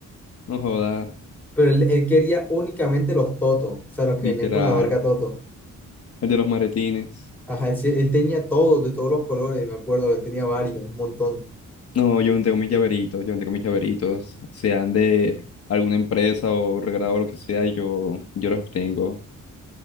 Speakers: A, on the left (about 50°); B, in the centre.
A: no joda,
B: pero él, él quería únicamente los Toto, o sea, los que
A: literal.
B: venían con la marca Toto.
A: El de los maletines.
B: Ajá, él, sí- él tenía todos, de todos los colores, me acuerdo, él tenía varios, un montón.
A: No, yo no tengo mis llaveritos, yo no tengo mis llaveritos, sean de alguna empresa o regalado o lo que sea, yo, yo los obtengo.